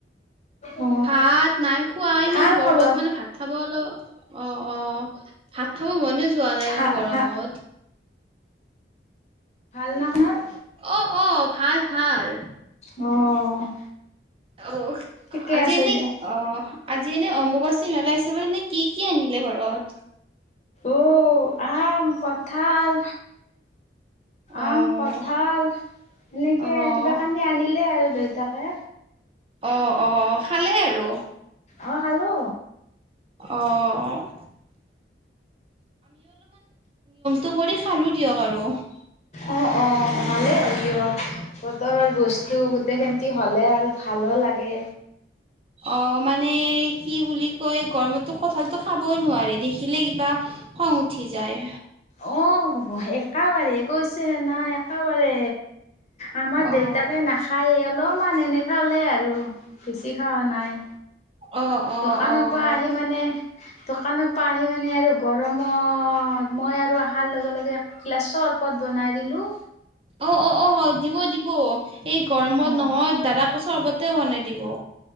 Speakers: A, on the left (about 40°); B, on the right (about 30°).
A: অ
B: ভাত নাই খোৱা, ইমান
A: ভাল
B: গৰমত
A: খবৰ
B: মানে ভাত খাব অলপ অ'- অ' ভাত খাব মনে যোৱা নাই
A: ভা
B: ইমান গৰমত।
A: ভা ভাল না আপোনাৰ।
B: অ'- অ' ভাল- ভাল।
A: অ'।
B: অ'
A: ঠিকে
B: আজি
A: আছে
B: এনেই
A: দিয়ক
B: অ আজি এনেই অম্বুবাচী মেলা <unintelligible> কি- কি আনিলে ঘৰত।
A: অ', আম, কঁঠাল।
B: অ',
A: আম কঠাল এনেকে
B: অ',
A: কিবা কানি আনিলে আৰু দ তাকে।
B: অ'- অ' খালে আৰু।
A: অ' খালো।
B: অ'। টো কৰি খালো দিয়ক আৰু।
A: অ'-অ' ভালেই হ'ল দিয়ক বতৰৰ বস্তু গোটেই খেন্তি হ'লে আৰু ভালো লাগে।
B: অ' মানে কি বুলি কয় গৰমতো কঠালতো খাবই নোৱাৰি দেখিলে কিবা খং উঠি যায়।
A: অ' একা বাৰেই কৈছেহে নাই একাবাৰে। আমাৰ
B: অ',
A: দেউতাকে নাখায় অলপ মান এনে খালে আৰু বেছি খাৱা নাই।
B: অ', অ',
A: দোকানৰ
B: অ',
A: পৰা আহি মানে দোকানৰ পৰা আহি মানে আৰু গৰমত মই আৰু আহাৰ লগে- লগে গিলাচ চৰবত বনাই দিলো।
B: অ' অ'- অ' দিব- দিব, এই গৰমত
A: অ',
B: নহয় দাদা কচ চৰ্বতে বনাই দিব।